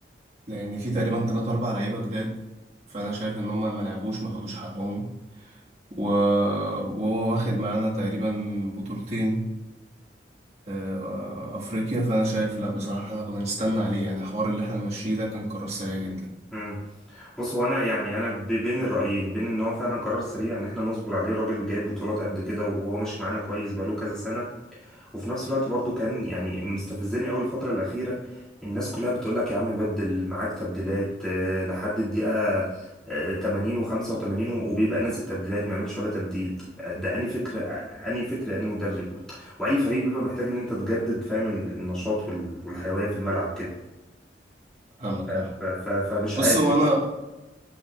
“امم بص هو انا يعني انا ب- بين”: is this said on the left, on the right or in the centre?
Centre